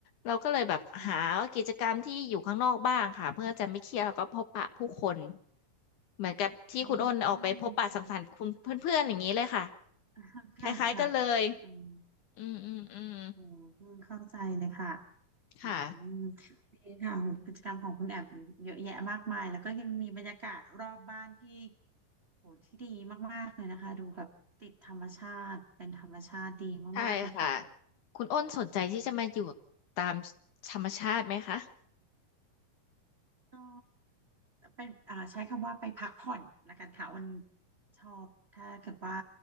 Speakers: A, on the left (about 65°); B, on the right (about 60°).
A: เราก็เลยแบบหากิจกรรมที่อยู่ข้างนอกบ้างค่ะเพื่อจะไม่เครียดแล้วก็พบปะผู้คน
B: อืม
A: เหมือนกับที่คุณอ้นออกไปพบปะสังสรรค์คุณเพื่อนๆอย่างนี้เลยค่ะ
B: อืมค่ะจริงค่ะ <laughs> ค่ะค่ะ
A: คล้ายๆกันเลย
B: อืม
A: อืมอืมอืม
B: โอ้เข้าใจเลยค่ะ อืม
A: ค่ะ
B: ดีค่ะโหกิจกรรมของคุณแอบเยอะแยะมากมายแล้วก็ยังมีบรรยากาศรอบบ้านที่โหที่ดีมากๆเลยนะคะดูแบบติดธรรมชาติเป็นธรรมชาติดีมากๆเลยค่ะ
A: ใช่ค่ะคุณอ้นสนใจที่จะมาอยู่
B: อืม
A: ตามธรรมชาติไหมคะ
B: ก็เป็นอ่าใช้คำว่าไปพักผ่อนละกันค่ะวันชอบถ้าเกิดว่า